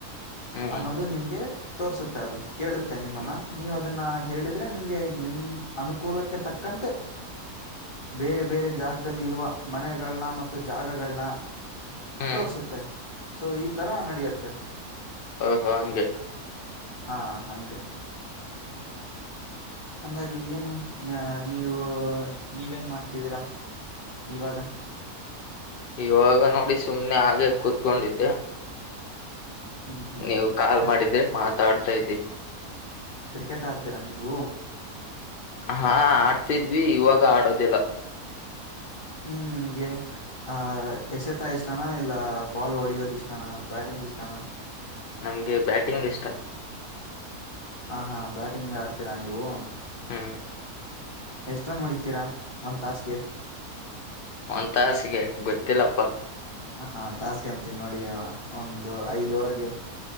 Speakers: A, on the left; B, on the left.
A: ಹ್ಮ್
B: ಅನ್ನೋದು ನಿಮ್ಗೆ ತೋರ್ಸುತ್ತೆ ಅದು ಕೇಳುತ್ತೆ ನಿಮ್ಮನ್ನ
A: ಹ್ಮ್
B: ನೀವು ಅದು ಅದನ್ನ ಹೇಳಿದ್ರೆ ನಿಮ್ಗೆ ನಿಮ ಅನುಕೂಲಕ್ಕೆ ತಕ್ಕಂತೆ ಬೇರೆ ಬೇರೆ ಜಾಗದಲ್ಲಿ ಇರುವ ಮನೆಗಳನ್ನ ಮತ್ತು ಜಾಗಗಳನ್ನ
A: ಹ್ಮ್
B: ತೋರ್ಸುತ್ತೆ ಸೊ ಈ ತರ ನಡೆಯುತ್ತೆ
A: ಹ್ಮ ಹ್ಮ ಹಂಗೆ
B: ಹಾ ಹಂಗೆ ಅಂದಾಗಿ ಏನು ನೀವು ನೀವೇನ್ ಮಾಡ್ತಿದ್ದೀರಾ ಇವಾಗ
A: ಇವಾಗ ನೋಡಿ ಸುಮ್ನೆ ಹಾಗೆ ಕೂತ್ಕೊಂಡಿದ್ದೆ
B: ಹ್ಮ್ ಹ್ಮ್
A: ನೀವು
B: ಹ್ಮ್.
A: ಕಾಲ್
B: ಕ್ರಿ
A: ಮಾಡಿದ್ರೆ ಮಾತಾಡ್ತಾ ಇದ್ದೀನಿ
B: ಕ್ರಿಕೆಟ್ ಆಡ್ತೀರಾ ನೀವು
A: ಹಾ ಆಡ್ತಿದ್ವಿ ಇವಾಗ ಆಡೋದಿಲ್ಲ
B: ಏನ್ ನಿಮಗೆ ಆಹ ಎಸೆತ ಇಷ್ಟಾನ ಇಲ್ಲ ಬಾಲ್ ಓಡಿಯೋದ ಇಷ್ಟಾನ ಬ್ಯಾಟಿಂಗ್ ಇಷ್ಟಾನಾ
A: ನನಗೆ ಬ್ಯಾಟಿಂಗ್ ಇಷ್ಟ
B: ಹಾ ಹಾ ಬ್ಯಾಟಿಂಗ್ ಆಡ್ತೀರಾ ನೀವು
A: ಹ್ಮ್
B: ಎಷ್ಟ್ ರನ್ನ ಹೊಡಿತೀರಾ ಒಂದ ತಾಸ್ಗೆ
A: ಒಂದ್ ತಾಸಿಗೆ ಗೊತ್ತಿಲ್ಲಪ್ಪಾ
B: ಹಾ ಹೆ ತಾಸ್ ಗೆ ಅಂತೀನಿ ನೋಡಿ ಒಂದು ಐದ್ ಓವರ್ ಗೆ